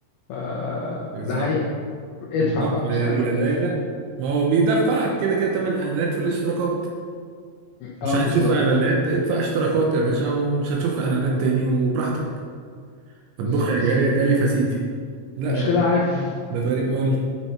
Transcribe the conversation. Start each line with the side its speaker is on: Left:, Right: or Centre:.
Left: ف
Right: بالظبط
Left: ده حقيقي ادفع
Right: بالظبط
Left: بقى
Right: يا
Left: مش عاجبك
Right: يا ده
Left: ادفع
Right: يا ده ما هو بيدفعك كده كده تمن الاعلانات في الاشتراكات مش
Left: اه
Right: عايز
Left: بالظبط
Right: تشوف اعلانات ادفع اشتراكات يا باشا ومش هتشوف اعلانات تاني وبراحتك
Left: بالظبط
Right: اطبخ يا جاري يا كلف يا سيدي لا
Left: المشكلة
Right: الدنيا
Left: عارف
Right: بقت غريب قوي